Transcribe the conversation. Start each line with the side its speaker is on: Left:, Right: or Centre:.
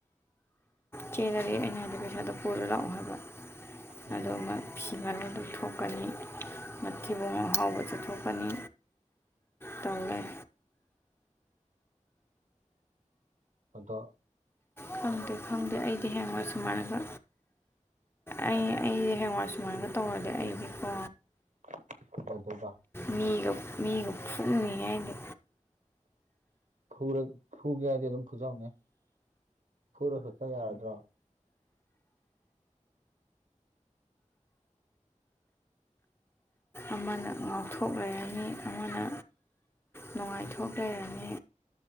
Left: ꯆꯦꯟꯔꯗꯤ ꯑꯩꯅ ꯑꯗꫭ ꯄꯩꯁꯥꯗꯣ ꯄꯨꯔ ꯂꯥꯛꯑꯣ ꯍꯥꯏꯕ
Right: ꯎꯝ
Left: ꯑꯗꫭ ꯃ ꯐꯤ ꯃꯔꯣꯟ ꯂꯧꯊꯣꯛꯀꯅꯤ ꯃꯇꯊꯤꯕꯣꯡ ꯑꯍꯥꯎꯕ ꯆꯠꯊꯣꯛꯀꯅꯤ꯫ ꯇꯧ ꯂꯩ꯫
Right: ꯑꯗꫭ
Left: ꯈꯪꯗꯦ-ꯈꯪꯗꯦ ꯑꯩꯗꯤ ꯍꯌꯦꯡꯋꯥꯏ ꯁꯨꯃꯥꯏꯅꯒ ꯑꯩ ꯑꯩꯗꯤ ꯍꯌꯦꯡꯋꯥꯏ ꯁꯨꯃꯥꯏꯅꯒ ꯇꯧꯔꯗꯤ ꯑꯩꯗꯤꯀꯣ
Right: <inaudible>
Left: ꯃꯤꯒ ꯃꯤꯒ ꯐꯨꯝꯅꯤ ꯑꯩꯗꯤ꯫
Right: ꯐꯨꯔ ꯐꯨꯒꯦ ꯍꯥꯏꯗꯤ ꯑꯗꯨꯝ ꯐꯨꯖꯧꯅꯦ꯫ ꯐꯨꯔ ꯈꯛꯇ ꯌꯥꯔꯗ꯭ꯔꯣ꯫
Left: ꯑꯃꯅ ꯉꯥꯎꯊꯣꯛ ꯂꯩꯔꯅꯤ ꯑꯃꯅ ꯅꯨꯡꯉꯥꯏꯊꯣꯛ ꯂꯩꯔꯅꯤ